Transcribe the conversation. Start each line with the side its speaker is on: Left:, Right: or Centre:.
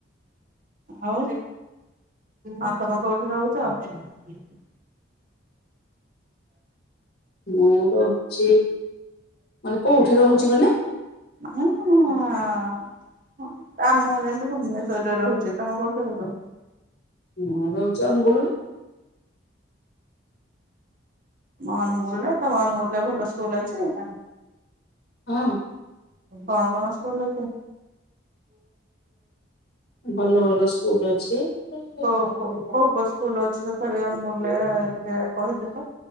Right: ଆଉ ଆଉ ତମ କଉ ରହୁଛ? <unintelligible>
Left: ମୁଁ ରହୁଛି ମାନେ କୋଉଠି ରହୁଛି ମାନେ
Right: ମୁଁ-ଆମ ମୁ ଯାଇ ଭୁବନେଶ୍ୱରରେ ରହୁଚି। ତମେ କଉଠୁ ରହୁଚ?
Left: ମୋର ଜମ୍ ଗୁଲ୍
Right: ଅନୁଗୁଲ୍ ରେ ତମ ଅନୁଗୁଲ୍ ରେ ଭଲ ସ୍କୁଲ ଅଛି?
Left: ହଁ।
Right: କଁ ଭଲ ସ୍କୁଲ୍ ଅଛି?
Left: ଭଲ ଭଲ ସ୍କୁଲ୍ ଅଛି ବା
Right: କଉ କଉ କଉ କଉ ସ୍କୁଲ ଅଛି ତଥାପି ଅନମୁଲ ରେ ଟିକେ କହିଥିବ।